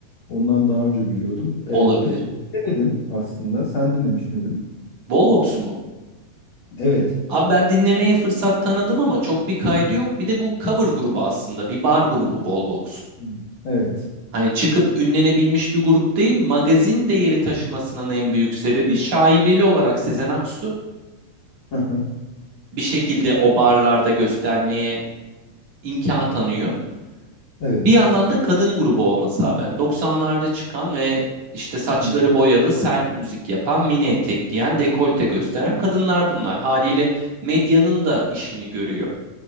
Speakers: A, on the left (about 80°); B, on the right (about 50°).
A: ondan daha önce biliyordum. Ee,
B: Olabilir.
A: pe- dinlemedim aslında. Sen dinlemiş miydin?
B: Volvox'u mu?
A: Evet.
B: Abi ben dinlemeye fırsat tanıdım ama çok bir kaydı yok. Bir de bu cover grubu aslında. Bir bar grubu Volvox.
A: Hmm. Evet.
B: Hani çıkıp ünlenebilmiş bir grup değil, magazin değeri taşımasının en büyük sebebi şaibeli olarak Sezen Aksu
A: Aha,
B: bir şekilde o barlarda göstermeye imkan tanıyor.
A: Evet.
B: Bir yandan da kadın grubu olması abi. Yani 90'larda çıkan ve işte saçları
A: Hı hı.
B: boyalı, sert müzik yapan, mini etek giyen, dekolte gösteren kadınlar bunlar. Haliyle medyanın da işini görüyor.